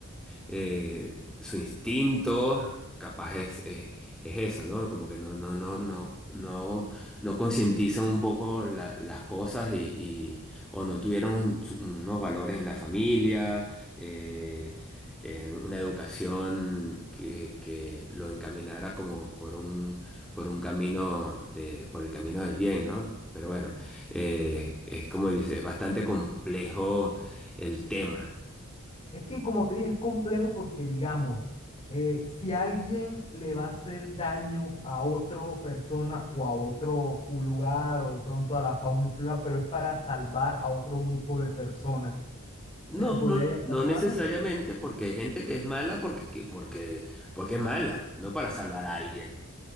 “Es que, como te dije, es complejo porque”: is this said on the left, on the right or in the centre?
Left